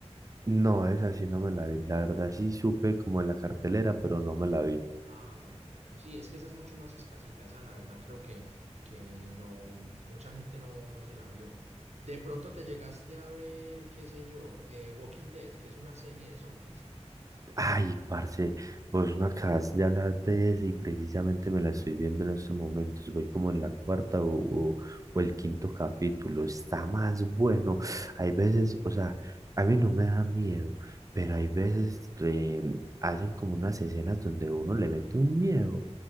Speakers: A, on the right; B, on the right.
A: No, esa sí no me la vi, la
B: Ah,
A: verdad sí supe como en la cartelera, pero no me la vi.
B: Ah, bueno, bueno, sí, es que esa es mucho más escasita, esa la verdad creo que, que no, mucha gente no, no se la vio. De pronto te llegaste a ver, qué sé yo, eh, Walking Dead, que es una serie de zombies.
A: Ay, parce, vos me acabas de hablar de ese y precisamente me la estoy viendo en estos momentos. Voy como en la cuarta o, o- o el quinto capítulo. Está más bueno. Hay veces, o sea, a mí no me da miedo, pero hay veces eh, hacen como unas escenas donde uno le mete un miedo